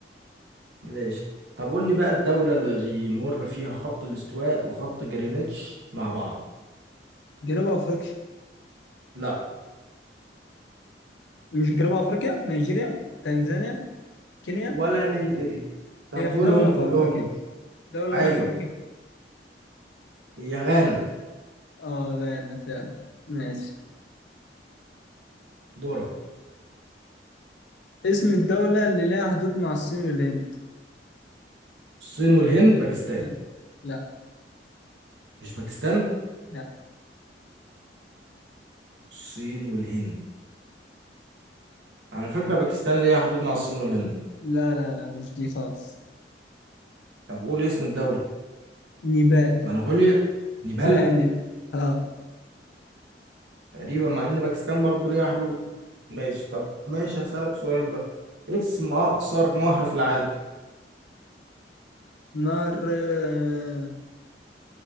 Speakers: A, on the right; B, on the left.
A: ماشي طب قول لي بقى الدولة اللي بيمر فيها خط الاستواء وخط جرينتش مع بعض
B: جنوب افريقيا
A: لا
B: مش جنوب افريقيا نيجيريا تنزانيا كينيا
A: ولا نيجيريا أنت هتقولهم
B: هي في دولة
A: كلهم
B: في افريقيا دولة
A: ايوه
B: في افريقيا
A: هي غانا
B: اه غانا فعلا ماشي
A: دورة
B: اسم الدولة اللي لها حدود مع الصين والهند
A: الصين والهند باكستان
B: آه. لا
A: مش باكستان
B: لا
A: الصين والهند على فكرة باكستان ليها حدود مع الصين والهند
B: لا لا لا مش دي خالص
A: طب قول اسم الدولة
B: نيبال
A: منغوليا نيبال
B: <laughs> لا دي اه
A: تقريبا مع ان باكستان برضه ليها حدود ماشي طب ماشي هسألك سؤال بقى إيه اسم اقصر نهر في العالم
B: نار آه،